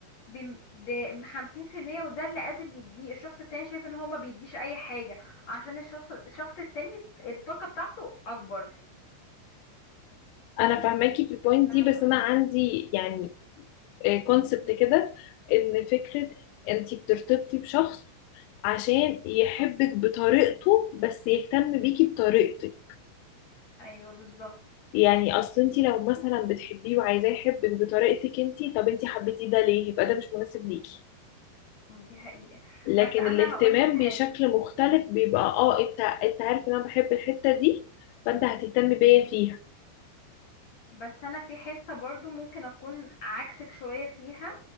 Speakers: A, on the left; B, on the left.
A: ب 50% وده اللي قادر يديه الشخص التاني شايف ان هو ما بيديش اي حاجه عشان الشخص الشخص التاني الطاقه بتاعته اكبر
B: انا فاهماكي في البوينت
A: فاهمه
B: دي بس انا عندي يعني كونسبت كده ان فكره انتي بترتبطي بشخص عشان يحبك بطريقته بس يهتم بيكي بطريقتك
A: ايوه بالظبط
B: يعني اصل انتي لو مثلا بتحبيه وعايزاه يحبك بطريقتك انتي طب انتي حبيتيه ده ليه يبقى ده مش مناسب ليكي
A: دي حقيقه
B: لكن
A: بس انا
B: الاهتمام
A: هقولك حاجه
B: بشكل مختلف بيبقى اه انت انت عارف ان انا بحب الحته دي فانت هتهتم بيا فيها
A: بس انا في حتة برضو ممكن اكون عكسك شوية فيها